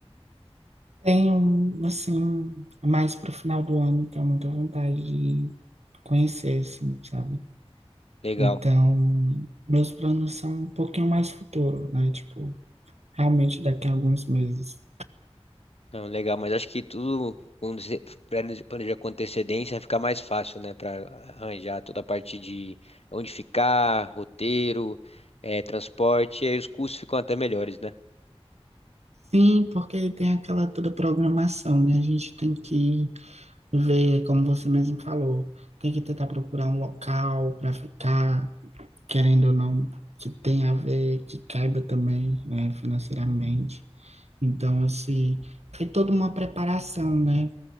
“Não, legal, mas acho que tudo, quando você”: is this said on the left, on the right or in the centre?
Left